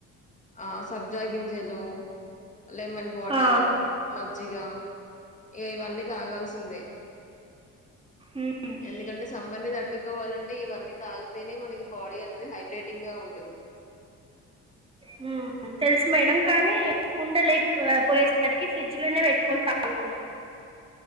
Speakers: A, on the left; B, on the right.
A: ఆ సబ్జా గింజలు లెమన్ వాటరు
B: ఆ,
A: మజ్జిగ ఇక ఇవన్నీ తాగాల్సిందే
B: మ్మ్.
A: ఎందుకంటే సంబర్నీ తట్టు కోవాలంటే ఇవన్నీ తాగితేనే మనకి బాడీ అనేది హైడ్రేటింగ్ గా ఉంన్
B: హ్మ్మ్ తెలుసు మేడం కానీ కుండ లేకపోయేసరికి ఫ్రిడ్జ్లోనే పెట్టుకొని తాగుతున్నాం